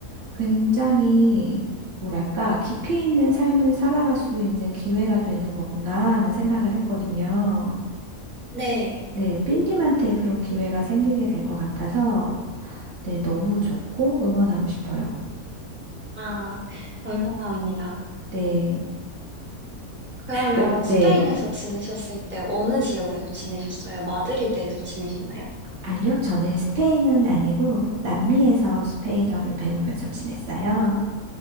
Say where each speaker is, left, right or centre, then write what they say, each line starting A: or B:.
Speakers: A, on the right (about 55°); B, on the right (about 15°).
A: 굉장히, 뭐랄까, 깊이 있는 삶을 살아갈 수 있는 기회가 되는 거구나 하는 생각을 했거든요.
B: 네.
A: 네, 삔님한테 그런 기회가 생기게 될 것 같아서, 네, 너무 좋고 응원하고 싶어요.
B: 아, 감사합니다.
A: 네.
B: 그러면
A: 그럼,
B: 스페인에서
A: 네.
B: 지내셨을 때 어느 지역에서 지내셨어요? 마드리드에서 지내셨나요?
A: 아니요, 저는 스페인은 아니고 남미에서 스페인어를 배우면서 지냈어요.